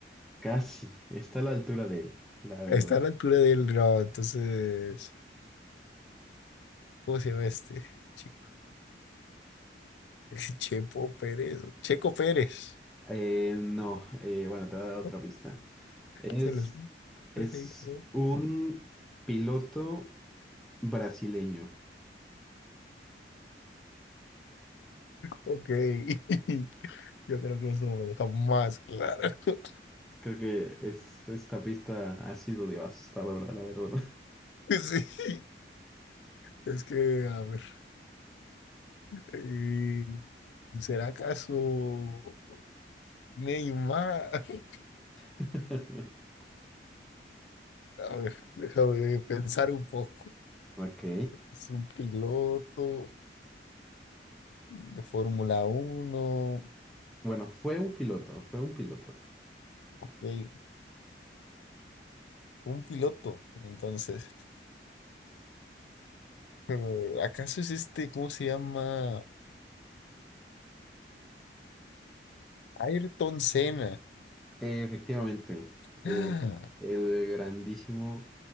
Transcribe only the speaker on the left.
Está a la altura del no, entonces, ¿cómo se llama este chico? <laughs> Chepo Pérez, Checo Pérez,
¿no?
Se los
Pérez, ¿no?
Ok, <laughs> yo creo que eso me deja más claro. <laughs>
Sí, es que, a ver. eh, ¿Será acaso Neymar? <laughs>
A ver, déjame pensar un poco.
Es un piloto de Fórmula Uno,
ok, Un piloto, entonces. Eh, ¿Acaso es este, cómo se llama? Ayrton Senna. <gasps>
Ah,